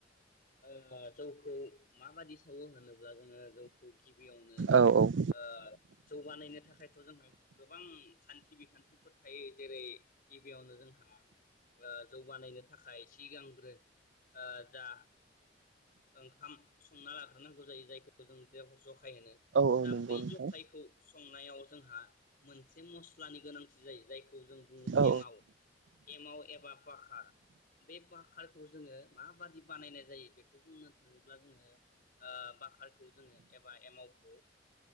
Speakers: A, on the left; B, on the right.
A: ओ जौखौ माबायदि सावो होनोब्ला जोङो जौखौ गिबियावनो
B: औ
A: ओ जौगानायनो थाखाय थायखायथ जोंहा गोबां खान्थि बिखान्थिफोर थायो जेरै गिबियावनो जोंहा जौगानायनो थाखाय सिगांग्रो जा ओंखाम संना लाग्रोनांगौ जायो जायखौ जों ज फाय होनो।
B: औ
A: दा
B: नंगौ
A: बै
B: नोंथां
A: जखायखौ। संनायाव जोंहा मोनसे मस्लानि गोनांथि जायो जायखौ जों बुङो
B: औ
A: एमाव एमाव एबा बाखार बे बाखारखौ जोङो माबादि बानायनाय जायो बेखौ बुंनो थाङोब्ला जोङो बाखारखौ जोङो एबा एमावखौ